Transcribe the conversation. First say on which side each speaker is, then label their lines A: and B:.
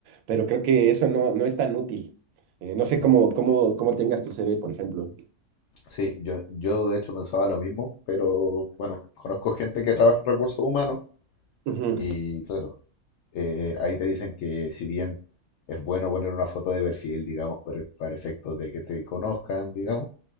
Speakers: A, on the right; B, on the left.
A: Pero creo que eso no, no es tan útil. Eh, no sé
B: no,
A: cómo, cómo, cómo tengas tu CV, por ejemplo.
B: Sí, yo, yo de hecho pensaba lo mismo, pero bueno, conozco gente que trabaja en recursos humanos
A: Ujú,
B: y claro, eh, ahí te dicen que si bien es bueno poner una foto de perfil, digamos, por- e, para efectos de que te conozcan, digamos,